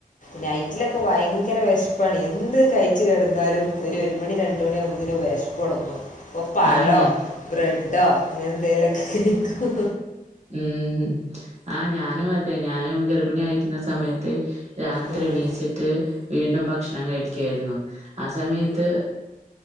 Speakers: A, on the left (about 55°); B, on the right (about 45°).
A: നൈറ്റിലൊക്കെ ഭയങ്കര- ഭയങ്കര വിശപ്പാണ് എന്ത് കഴിച്ചു, കിടന്നാലും ഒരു ഒരു മണി രണ്ട്- മണിവകുമ്പോത്തക് വെശപ്പ്ടങ്ങും. പ്പ പഴോ,
B: ആ ഞ
A: ബ്രെഡോ, അങ്ങനെ എന്തേലൊക്കെ കഴിക്കും.
B: ഉം ആഹാ ഞാനും അതെ ഞാനും, ഗർഭിണി ആയിരിക്കുന്ന സമയത്ത്. രാത്രി
A: ഉം.
B: എണീച്ചിട്ട് വീണ്ടും ഭക്ഷണം കഴിക്കായിരുന്നു. ആ സമയത്ത്..